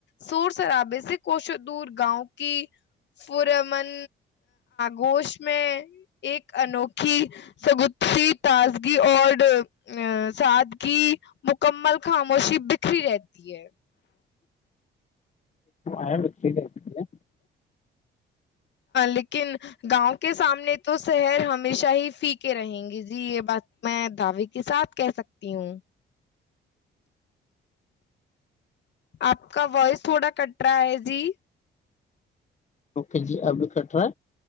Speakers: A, on the left (about 65°); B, on the left (about 35°).
A: شور شرابے سے کوشو دور گاؤں کی پور امن گوش میں ایک انوکھی سگت تازگی اور ا سادگی مکملخ خاموشی بکھری رہتی ہے
B: آ بے <inaudible>
A: لیکن گاؤں کے سامنے تو شہر ہمیشہ ہی فیکے رہیں گے جی یہ بات میں دعوے کے ساتھ کہہ سکتی ہوں آپ کا وائس تھوڑا کٹ رہا ہے جی
B: اوکے جی ابھی کٹ رہا